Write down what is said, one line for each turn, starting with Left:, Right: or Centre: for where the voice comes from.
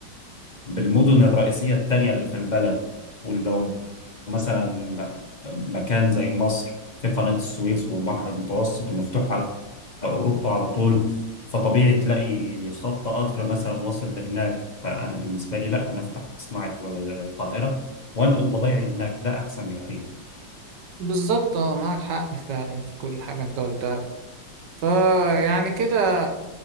Left: بالمدن الرئيسية التانية اللي في البلد ولو مثلا مكان زي مصر في قناة السويس والبحر المتوسط ومفتوح على أوروبا على طول فطبيعي تلاقي خط قطر مثلا واصل لهناك فأنا بالنسبة لي لا أنا أفتح مصنعي في القاهرة وأنقل بضايعي لهناك ده أحسن بكتير
Right: بالظبط اه معك حق فعلا في كل حاجة انت قلتها فيعني كده